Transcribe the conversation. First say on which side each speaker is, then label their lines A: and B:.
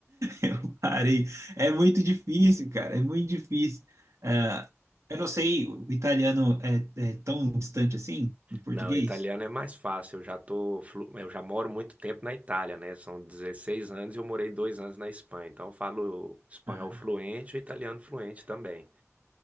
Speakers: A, on the right (about 70°); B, on the right (about 25°).
A: Eu parei. É muito difícil, cara, é muito difícil. Ah, eu não sei, o italiano é, é tão distante assim do português?
B: Não, italiano é mais fácil. Eu já tô, flu- eu já moro muito tempo na Itália, né? São 16 anos e eu morei dois anos na Espanha. Então eu falo espanhol
A: Ah,
B: fluente e italiano fluente também.